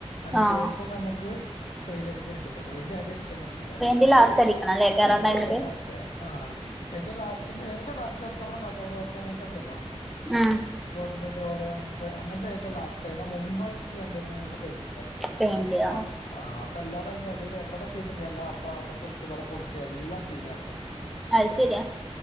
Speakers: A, on the left; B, in the centre.
A: അതിനു
B: ആഹ്
A: ശേഷം നമുക്ക് പെയിൻ്റ് അടിക്കാൻ പറ്റെള്ളൂ. പെയിൻ്റ് ആദ്യം അടി ക്കാൻ പറ്റില്ല,
B: പെയിന്റ് ലാസ്റ്റ് അടിക്കണം അല്ലേ കേറാൻ
A: ഏറ്റം
B: ടൈമില്
A: ലാസ്റ്റാ, ആഹ്. ഏറ്റം ലാസ്റ്റ്ന്റെ ഏറ്റം ലാസ്റ്റ് വർക്ക് നമ്മുടെ കബോഡ് വർക്ക് അങ്ങൻതണ്ടല്ലോ
B: ഉം
A: ൻ്റെ ഡോറ് അങ്ങനത്തെ അങ്ങൻത്തെ ഏറ്റവും ലാസ്റ്റ് അയിൻ്റെ മുമ്പായിട്ട് ചെയ്യണ്ടയിതാണ് നമ്മൾ പെയിന്റിങ് വർക്ക്‌
B: പെയിന്റ് ആഹ്
A: അപ് ആ.. അതല്ലാതെ അതിന്റെടിൽ എവിടെ ചെയ്തിട്ടും കാര്യല്ല അപ്പൊ അവിടെ പൊളിച്ച് ഇവിടെ പൊളിച്ച് ച്ച് എല്ലാം സീനാക്കും
B: അയ് ശെരിയാ